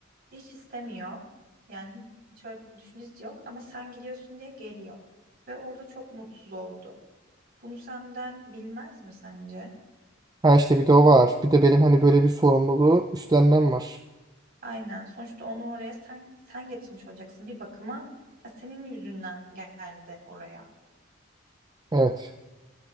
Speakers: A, on the right; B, on the right.
A: hiç istemiyor. Yani hiç öyle bir düşüncesi yok ama sen gidiyorsun diye geliyor ve orada çok mutsuz oldu. Bunu senden bilmez mi sence?
B: Ha işte bir de o var. Bir de benim hani böyle bir sorumluluğu üstlenmem var.
A: Aynen. Sonuçta onu oraya sen sen getirmiş olacaksın bir bakıma. Ya senin yüzünden geldi oraya.
B: Evet.